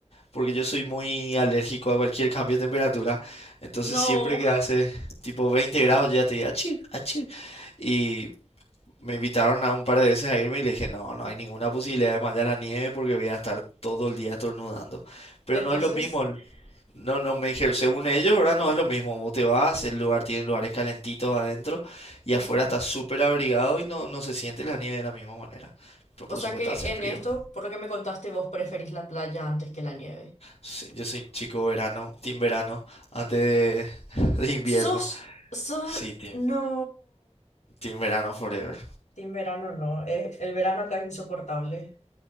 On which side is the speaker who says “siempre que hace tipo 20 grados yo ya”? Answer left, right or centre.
Left